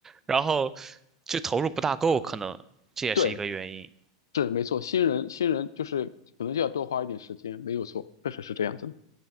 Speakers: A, on the right (about 20°); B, on the left (about 75°).
A: 然后就投入不大够，可能这也是一个原因。
B: 对，是没错，新人新人就是可能就要多花一点时间，没有错，确实是这样子的。